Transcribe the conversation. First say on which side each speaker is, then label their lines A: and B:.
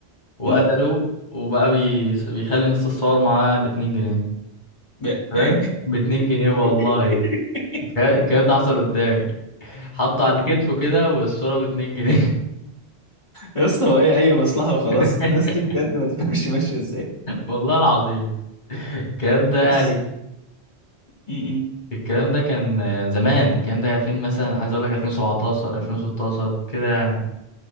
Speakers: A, on the left; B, on the left.
A: وقتله
B: امم
A: وبقى بي... بيخلي الناس تتصور معاه باتنين جنيه
B: بقى
A: فاهم
B: بقى إيه
A: باتنين جنيه والله
B: <laughs>
A: الك- الكلام ده حصل قدامي حطه على كتفه كده والصورة باتنين جنيه
B: يا اسطى هو ايه اي مصلحه وخلاص
A: <laughs>
B: الناس دي بجد ما تفهمش ماشيه ازاي
A: والله العظيم الكلام ده يعني
B: بص امم
A: الكلام ده كان آه، زمان الكلام ده 2000 مثلا عايز اقول لك 2017 2016 كده يعني